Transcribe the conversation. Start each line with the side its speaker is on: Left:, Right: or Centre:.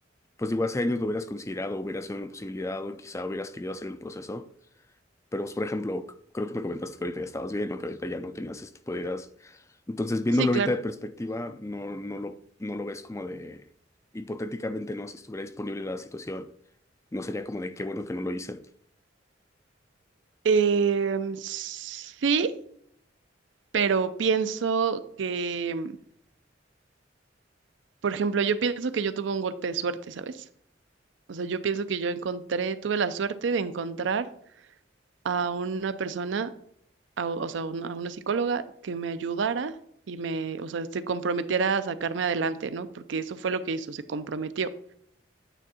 Left: pues digo, hace años lo hubieras considerado, hubiera sido una posibilidad o quizá hubieras querido hacer el proceso, pero pues por ejemplo, c- creo que me comentaste que ahorita ya estabas bien o que ahorita ya no tenías este tipo de ideas. Entonces, viéndolo
Right: Sí, claro.
Left: ahorita de perspectiva, no, no lo, no lo ves como de, hipotéticamente, no, si estuviera disponible la situación, no sería como de qué bueno que no lo hice.
Right: Em, sí, pero pienso que, por ejemplo, yo pienso que yo tuve un golpe de suerte, ¿sabes? O sea, yo pienso que yo encontré, tuve la suerte de encontrar a una persona, a- o sea, un- a una psicóloga que me ayudara y me, o sea, se comprometiera a sacarme adelante, ¿no? Porque eso fue lo que hizo, se comprometió.